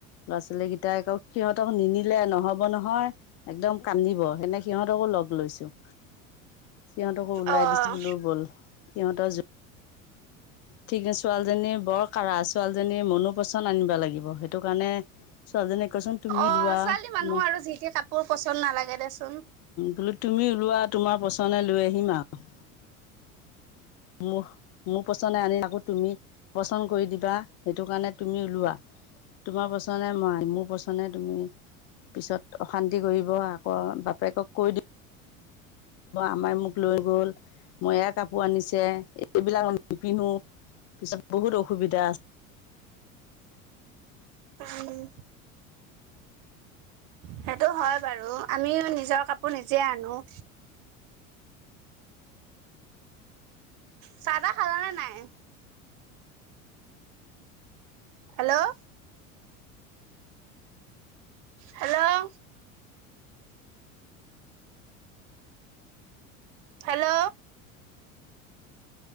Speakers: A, on the left; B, on the right.
A: ল'ৰা ছোৱালীকেইটাই আকৌ সিহঁতক নিনিলে নহব নহয় একদম কান্দিব সেনে সিহতকো লগ লৈছো সিহঁতকো ওলাই
B: অ'
A: দিছোঁ বুলো বল সিহঁতৰ ঠিক ছোৱালীজনী বৰ কাৰা ছোৱালীজনী মনো পচন আনিব লাগিব সেইটো কাৰণে ছোৱালীজনী কোৱাচোন তুমি
B: অ'
A: লোৱা,
B: ছোৱালী মানুহ
A: উম
B: আৰু যি টি কাপোৰ পচন্দ নালাগে দেচোন।
A: বুলো তুমি ওলোৱা তোমাৰ পছনে লৈ আহিম আৰু। ম - মোৰ পচন্দ আনি আকৌ তুমি পচন্দ কৰি দিবা সেইটো কাৰণে তুমি ওলোৱা। তোমাৰ পচন্দ মই, মোৰ পচন্দে তুমি। পিছত অশান্তি কৰিব আকৌ বাপেকক কৈ দিওঁ আমাই মোক লৈ গ'ল মইে কাপোৰ আনিছে এইবিলাক নিপিন্ধো। পিছত বহুত অসুবিধা আছে।
B: উম, সেইটো হয় বাৰু আমিও নিজৰ কাপোৰ নিজে আনো। চাহ- তাহ খালানে নাই? Hello hello. হেল্ল'।